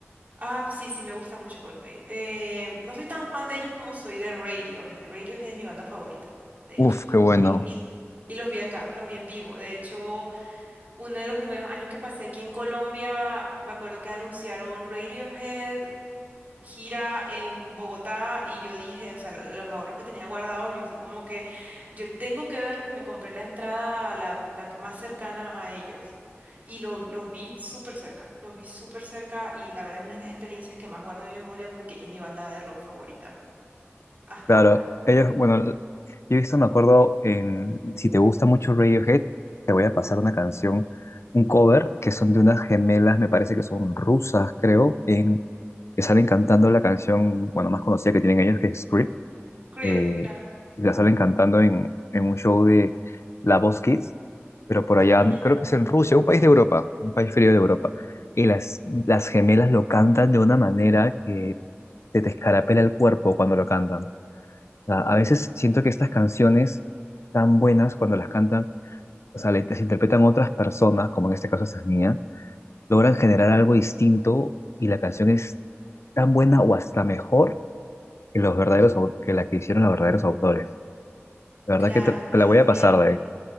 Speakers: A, on the right (about 40°); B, on the left (about 75°).
A: Ah, sí, sí, me gusta mucho Coldplay. Eh, no soy tan fan de ellos como soy de Radiohead. Radiohead es mi banda favorita, de
B: Uf,
A: hecho.
B: qué bueno.
A: Y, lo- y- y los vi acá, los vi en vivo. De hecho, Uno de los primeros años que pasé aquí en Colombia, me acuerdo que anunciaron Radiohead, gira en Bogotá, y yo dije, o sea, lo- los ahorros que tenía guardados, yo fui como que, yo tengo que verlos y me compré la entrada, a la, la más cercana a ellos. Y los, los vi súper cerca, los vi súper cerca y la verdad es una de las experiencias que más guardo en mi memoria porque es mi banda de rock favorita hasta
B: Claro,
A: ahora.
B: ellos, bueno, l- yo he visto, me acuerdo, en, si te gusta mucho Radiohead, te voy a pasar una canción, un cover, que son de unas gemelas, me parece que son rusas, creo, en, que salen cantando la canción, bueno, más conocida que tienen ellos, que es Script,
A: Creep,
B: eh,
A: claro.
B: y la salen cantando en, en un show de La Voz Kids, pero por allá,
A: Ujú,
B: no- creo que es en Rusia, un país de Europa, un país frío de Europa, y las, las gemelas lo cantan de una manera que te, te escarapela el cuerpo cuando lo cantan sea, a veces siento que estas canciones tan buenas cuando las cantan, o sea, le- las interpretan otras personas, como en este caso estas niñas, logran generar algo distinto y la canción es tan buena o hasta mejor que los verdaderos au- que la que hicieron los verdaderos autores. La
A: Claro,
B: verdad que te, te
A: porque
B: la
A: también...
B: voy a pasar de. ahí.